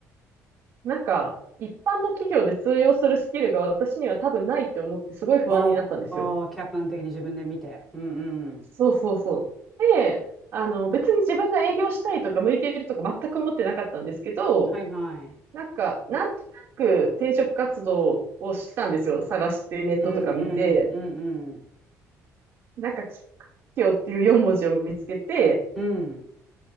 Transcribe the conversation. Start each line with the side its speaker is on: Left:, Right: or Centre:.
Right: なんか、一般の企業で通用するスキルが私には多分ないって思ってすごい不安になったんですよ。
Centre: ああ、客観的に自分で見て。うんうん。
Right: そうそうそう。で、あの、別に自分が営業したいとか向いているとか全く思ってなかったんですけど、
Centre: はいはい。
Right: なんか、なんとなく転職活動をしたんですよ。探してネットとか見て。
Centre: うんうんうんうん。
Right: なんか、きっかけをっていう4文字を見つけて、
Centre: うん。